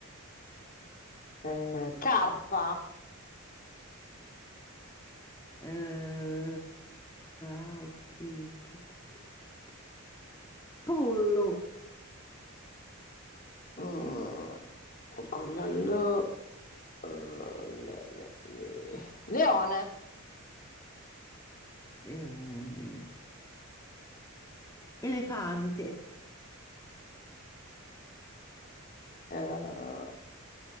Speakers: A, on the left; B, on the left.
A: eh, carpa,
B: Eh, A o P, p- p- p- p- pollo,
A: mm, con la L, eh, le- le- le- leone,
B: leone, elefante,
A: eh,